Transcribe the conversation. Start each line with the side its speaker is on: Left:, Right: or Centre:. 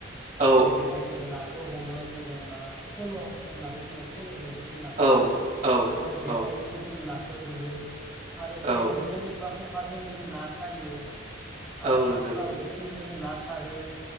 Right: औ
Centre: । जेरैहाय जोङो नाखौ हमो जोङो बा फल' होननानै बुङो फल' जों जों नाखौ
Right: औ
Centre: हमो
Right: औ
Centre: आरो जेखाइजों
Right: औ
Centre: जों नाखौ गुरो । आरो सेनजों
Right: औ
Centre: बा ख'खाजों जों ना सायो । आरो
Right: औ नोंथां
Centre: आस्रा जेजों नों ना सारो